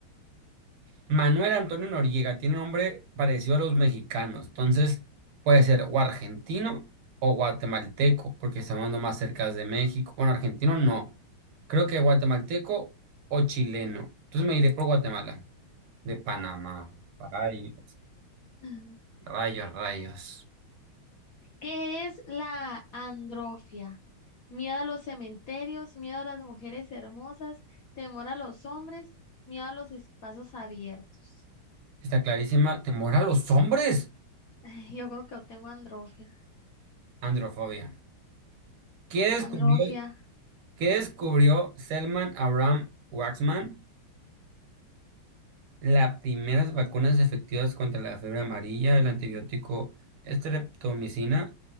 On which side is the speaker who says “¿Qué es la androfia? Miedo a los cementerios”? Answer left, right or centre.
Left